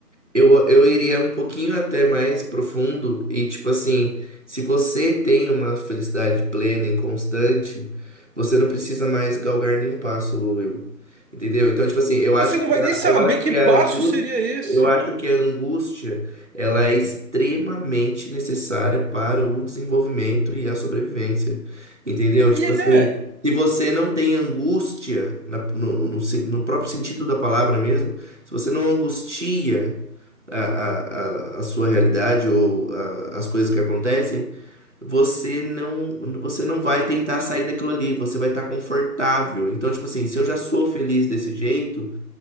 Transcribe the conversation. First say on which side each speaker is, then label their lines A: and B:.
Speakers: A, on the right (about 45°); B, on the right (about 75°).
A: Eu, eu iria um pouquinho até mais profundo e, tipo assim, se você tem uma felicidade plena e constante, você não precisa mais galgar nenhum passo, Will. Entendeu? Então, tipo assim, eu
B: Você
A: acho
B: não
A: que
B: vai
A: a,
B: nem saber
A: eu acho
B: que
A: que
B: passo
A: a angústia,
B: seria esse.
A: eu acho que a angústia, ela é extremamente necessária para o desenvolvimento e a sobrevivência. Entendeu?
B: E
A: Tipo
B: é.
A: assim, se você não tem angústia, na- no, no, sen- no próprio sentido da palavra mesmo, se você não angustia, a, a, a a sua realidade ou a- as coisas que acontecem, você não, você não vai tentar sair daquilo ali, você vai estar confortável. Então, tipo assim, se eu já sou feliz desse jeito,